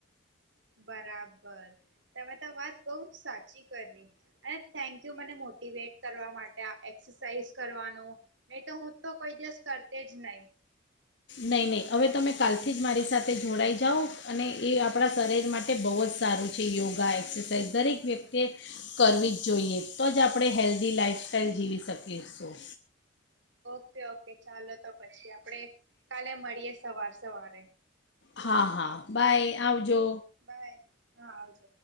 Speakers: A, on the right; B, on the left.
A: બરાબ બર તમે તો વાત બઉ સાચ ચી કરી અને થેન્કયુ મને મોટીવેટ કરવા માટે આ એક એક્સરસાઇઝ કરવાનો નહી તો હું તો કોઈ દિવસ કરતી જ નઇ.
B: નહીં નહીં હવે તમે કાલથી જ મારી સાથે જોડાઈ જાઓ અને એ આપણા શરીર માટે બહુ જ સારું છે યોગા એક્સરસાઇઝ દરેક વ્યક્તિએ કરવી જ જોઈએ તો જ આપણે હેલ્ધી લાઈઇફસ્ટાાઈલ જીવી શકીશું.
A: ઓકે ઓકે ચાલો તો પછી આપડે કાલે મળીએ સવાર સવારે.
B: હા હા બાય. આવજો.
A: બાય હા આવજ